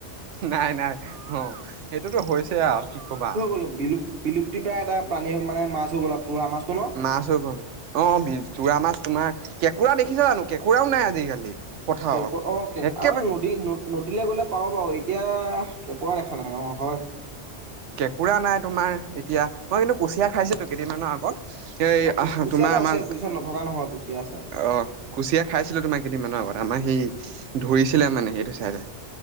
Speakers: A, on the right (about 80°); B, on the right (about 55°).
A: নাই-নাই অ' সেইটোতো হৈছে আৰু কি কবা আৰু।
B: বিলু-বিলুপ্তি প্ৰায় এটা প্ৰানী মানে মাছ হৈ গ'ল তোৰা মাছটো ন?
A: নাচ হৈ গ'ল। অ ', বি তোৰা মাছ তোমাৰ কেঁকোৰা দেখিছা জানো কেঁকোৰাও নাই আজিকালি। পথাৰত
B: কেকোৰা অ, কে
A: একেবাৰে
B: আৰু নদী-নদী। নদীলৈ গ'লে পাওঁ বাৰু এতিয়া কেঁকোৰা দেখা নাই অ'হয়।
A: কেঁকোৰা নাই তোমাৰ এতিয়া মই কিন্তু কুচিয়া খাইছিলো কেইদিনমানৰ আগত। এই
B: অ কু
A: আহ
B: কুচিয়াটো
A: তোমাৰ আমাৰ
B: আছে কুচিয়া নথকা নহয় কুচিয়া আছে
A: অ', কুচিয়া খাইছিলো তোমাৰ কেইদিনমানৰ আগত আমাৰ সেই ধৰিছিলে মানে সেইটো চাইডে।